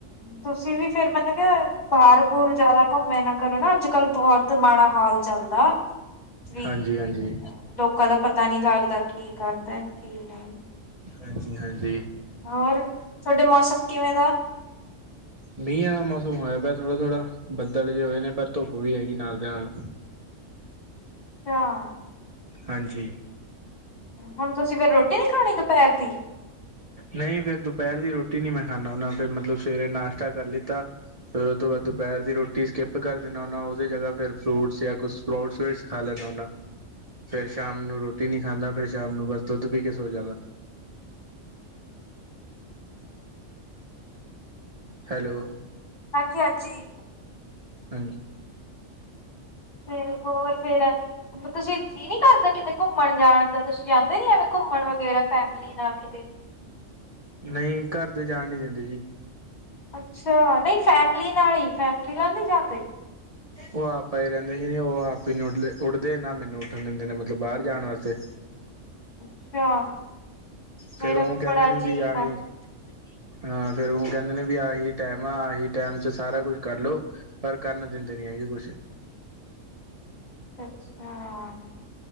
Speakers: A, on the left; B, on the right.
A: ਤੁਸੀਂ ਵੀ ਫੇਰ ਮਤਲਬ ਕਿ ਬਾਹਰ ਬੂਰ ਜ਼ਿਆਦਾ ਘੁੰਮਿਆ ਨਾ ਕਰੋ ਨਾ ਅੱਜ-ਕੱਲ ਬਹੁ ਤ ਮਾੜਾ ਹਾਲ ਚਲਦਾ, ਵੀ ਲੋਕ
B: ਹਾਂਜੀ ਹਾਂਜੀ
A: ਲੋਕਾ ਦਾ ਪਤਾ ਨੀ ਲੱਗਦਾ ਕੀ ਕਰ ਦੇਣ ਕੀ ਨ‌ਈ।
B: ਹਾਂਜੀ-ਹਾਂਜੀ।
A: ਹੋਰ ਥੋਡੇ ਮੌਸਮ ਕਿਵੇਂ ਦਾ?
B: ਮੀਹਾਂ ਆਲਾ ਮੌਸਮ ਹੋਇਆ ਪਿਆ ਥੋੜਾ-ਥੋੜਾ ਬੱਦਲ ਜੇ ਹੋਏ ਨੇ ਪਰ ਧੁੱਪ ਵੀ ਹੈਗੀ ਨਾਲ ਦੇ ਨਾਲ।
A: ਅੱਛਾ।
B: ਹਾਂਜੀ
A: ਹੁਣ ਤੁਸੀਂ ਫੇਰ ਰੋਟੀ ਨੀ ਖਾਣੀ ਦੋਪਹਰ ਦੀ।
B: ਨਈ ਫੇਰ ਦੁਪਹਿਰ ਦੀ ਰੋਟੀ ਨੀ ਮੈਂ ਖਾਨਾ ਹੁੰਨਾ ਫਿਰ ਮਤਲਬ ਸਵੇਰੇ ਨਾਸ਼ਤਾ ਕਰ ਲਿੱਤਾ ਫੇਰ ਉ ਤੋਂ ਬਾਦ ਦੁਪਹਿਰ ਦੀ ਰੋਟੀ ਸਕਿੱਪ ਕਰ ਦੇਣਾ ਹੁਨਾ ਉਹਦੇ ਜਗ੍ਹਾ ਫੇਰ ਫਰੂਟਸ ਯਾ ਕੁਛ ਪ੍ਰਊਡ ਸਵੀਟਸ ਖਾ ਲੈਨਾ ਹੁੰਨਾ। ਫੇਰ ਸ਼ਾਮ ਨੂੰ ਰੋਟੀ ਨੀ ਖਾਂਦਾ ਫੇਰ ਸ਼ਾਮ ਨੂੰ ਬਸ ਦੁੱਧ ਪੀ ਕੇ ਸੋ ਜਾਂਦਾ। ਹੈਲੋ
A: ਹਾਂਜੀ-ਹਾਂਜੀ
B: ਹਾਂਜ
A: ਫ ਹੋਰ ਫੇਰ ਤੁਸੀਂ ਜੀਅ ਨੀ ਕਰਦਾ ਕਿਤੇ ਘੁੰਮਣ ਜਾਣ ਦਾ ਤੁਸੀਂ ਜਾਂਦੇ ਨੀ ਐਵੇਂ ਘੁੰਮਣ ਵਗੈਰਾ ਫੈਮਿਲੀ ਨਾਲ ਕਿਤੇ।
B: ਨਈ ਘਰ ਦੇ ਜਾਣ ਨੀ ਦਿੰਦੇ ਜੀ।
A: ਅੱਛਾ ਨਈ ਫੈਮਿਲੀ ਨਾਲ ਹੀ ਫੈਮਿਲੀ ਨਾਲ ਨੀ ਜਾਂਦੇ।
B: ਉਹ ਆਪ ਪਏ ਰਹਿੰਦੇ ਜੇ ਉਹ ਆਪ ਹੀ ਨੀ ਉੱਠਦੇ, ਉੱਠਦੇ ਨਾ ਮੈਨੂੰ ਉੱਠਣ ਦਿੰਦੇ ਨੇ ਮਤਲਬ ਬਾਰ ਜਾਣ ਵਾਸਤੇ।
A: ਅੱਛਾ ਮੇਰਾ
B: ਫੇਰ ਉਹ
A: ਵੀ
B: ਕਹਿੰਦੇ
A: ਬੜਾ
B: ਨੇ
A: ਜੀਅ
B: ਵੀ ਆਹੀ
A: ਕਰ
B: ਹਾਂ ਫੇਰ ਉਹ ਕਹਿੰਦੇ ਨੇ ਵੀ ਆਹੀ ਟੈਮ ਆ ਆਹੀ ਟੈਮ ਚ ਸਾਰਾ ਕੁਛ ਕਰਲੋ ਪਰ ਕਰਨ ਦਿੰਦੇ ਨੀ ਹੈਗੇ ਕੁਛ।
A: ਅੱਛਾ ਅੱਛਾ